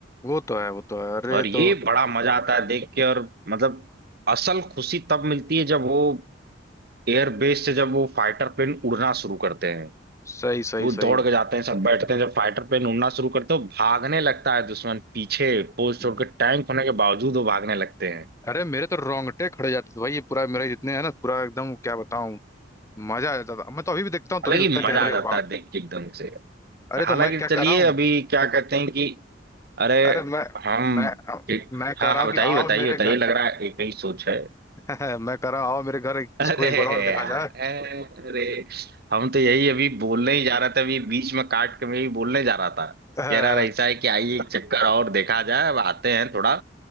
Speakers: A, on the left; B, on the right.
A: वो तो है वो तो है अरे
B: और ये
A: तो
B: बड़ा मजा आता है देख के और मतलब असल खुशी तब मिलती है जब वो एयरबेस से जब वो फाइटर प्लेन उड़ना शुरू करते हैं
A: सही सही
B: वो
A: सही
B: दौड़ के जाते हैं सब बैठते हैं जब फाइटर प्लेन उड़ना शुरू करते हो भागने लगता है दुश्मन पीछे पोस्ट
A: हम्म।
B: छोड़ के टैंक होने के बावजूद वो भागने लगते हैं
A: अरे मेरे तो रोंगटे खड़े जाते थे भाई ये पूरा मेरे जितने है ना पूरा एकदम क्या बताऊं मजा आ जाता था मैं तो अभी भी देखता हूँ
B: हालांकि
A: तो भी लगता है
B: मजा
A: कि अरे
B: आ जाता
A: वाह
B: है देख के एकदम से
A: अरे
B: हालांकि
A: तो मैं क्या
B: चलिए
A: कर रहा
B: अभी
A: हूँ
B: क्या कहते हैं कि अरे
A: अरे मैं
B: हम
A: मैं
B: एक,
A: मैं कह
B: हाँ
A: रहा
B: हाँ
A: हूँ
B: बताइए
A: कि आओ
B: बताइए
A: मेरे
B: बताइए
A: घर
B: लग रहा है एक ही सोच है
A: <laughs> मैं कह रहा हूँ आओ मेरे घर इसको
B: अरे
A: एक बार और देखा
B: यार
A: जाए
B: अरे हम तो यही अभी बोलने ही जा रहा था अभी बीच में काट के मैं यही बोलने जा रहा था
A: <laughs> अ,
B: कह रहा ऐसा है कि आइए एक चक्कर और देखा जाए अब आते हैं थोड़ा